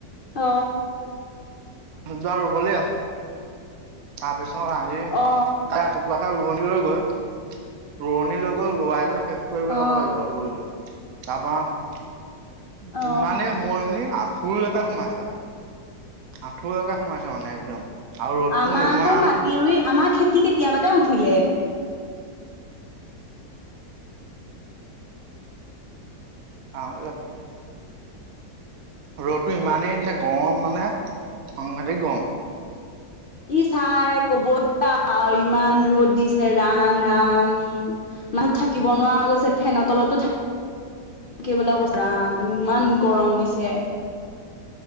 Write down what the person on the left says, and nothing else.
অ
অ
অ
অ
আমাৰ
আকৌ মাটি ৰুই আমাৰ খেতি কেতিয়াবাতে উঠিলে
ই চাই কবই ইমান ৰ'দ দিছে ৰাম ৰাম মানুহ থাকিব নোৱাৰা গৈছে ফেনৰ তলতো থাক
কেইবেলা অৱস্থা আম ইমান গৰম দিছে